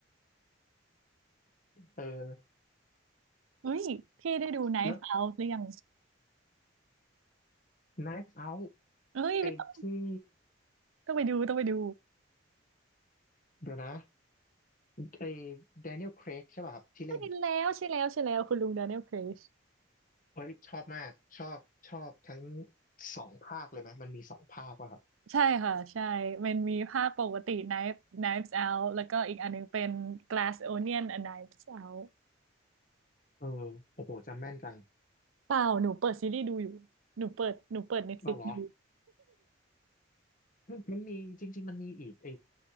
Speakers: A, on the left; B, on the right.
A: เออ
B: เฮ้ยพี่ได้ดู Knife
A: แล้ว
B: Out หรือยัง
A: Knives Out
B: เฮ้ยไม่ต้อง
A: ไอ้ที่
B: ต้องไปดูต้องไปดู
A: เดี๋ยวนะไอ้ Daniel Craig ใช่ป่ะครับที่เล่น
B: ใช่แล้วใช่แล้วใช่แล้วคุณลุง Daniel Craig
A: เฮ้ยชอบมากชอบชอบทั้งสองภาคเลยไหมมันมีสองภาคป่ะครับ
B: ใช่ค่ะใช่มันมีภาคปกติ Knife Knives Out แล้วก็อีกอันนึงเป็น Glass Onion and Knives Out
A: เออโอ้โหจำแม่นจัง
B: เปล่าหนูเปิดซีรีส์ดูอยู่หนูเปิดหนูเปิด Netflix
A: เอาเหรอ
B: ดู
A: คือมันมีจริงๆมันมีอีกไอ